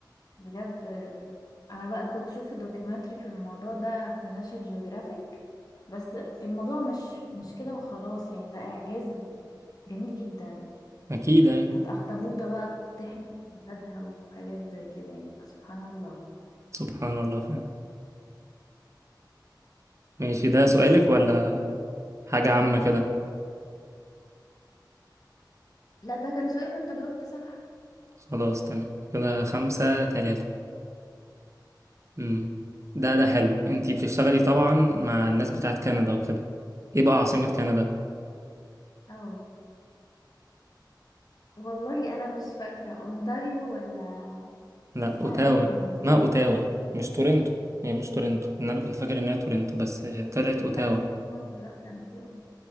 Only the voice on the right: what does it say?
أكيد أيوة
سبحان الله فعلا ماشي ده سؤالك ولا حاجة عامة كده
خلاص تمام كده خمسة تلاتة مم. ده ده حلو انت بتشتغلي طبعا مع الناس بتاعت كندا وكده ايه بقى عاصمة كندا
لا
اوتاوا
ما اوتاوا مش تورنتو هي مش تورنتو لان انا كنت فاكر انها تورنتو بس آه، طلعت اوتاوا